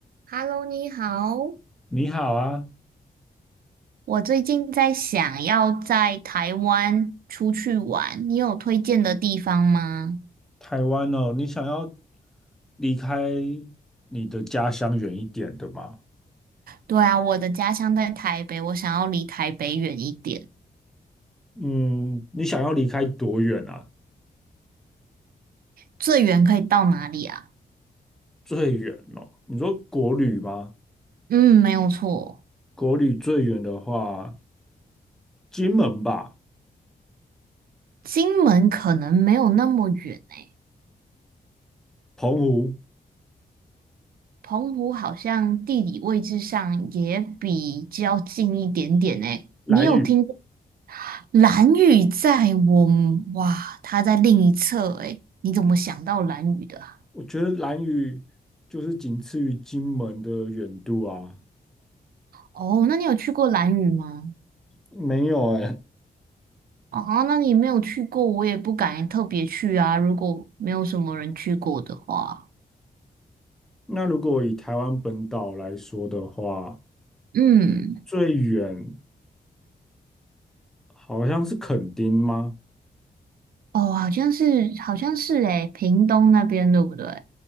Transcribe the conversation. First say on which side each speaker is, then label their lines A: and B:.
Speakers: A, on the right; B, in the centre.
A: Hello，你好。
B: 你好啊，
A: 我最近在想要在台湾出去玩，你有推荐的地方吗？
B: 台湾哦，你想要离开你的家乡远一点的吗？
A: 对啊，我的家乡在台北，我想要离台北远一点。
B: 嗯，你想要离开多远啊？
A: 最远可以到哪里啊？
B: 最远哦，你说国旅吗？
A: 嗯，没有错，
B: 国旅最远的话，金门吧，
A: 金门可能没有那么远诶，
B: 澎湖、
A: 澎湖好像地理位置上也比较近一点点诶。
B: 兰屿，
A: 你有听过兰屿在我们，哇，他在另一侧诶，你怎么想到兰屿的啊
B: 我觉得兰屿就是仅次于金门的远度啊。
A: 哦，那你有去过兰屿吗？
B: 没有哎，
A: 啊，那你没有去过，我也不敢特别去啊。如果没有什么人去过的话，
B: 那如果以台湾本岛来说的话，
A: 嗯，
B: 最远好像是垦丁吗？
A: 哦，好像是，好像是诶，屏东那边对不对？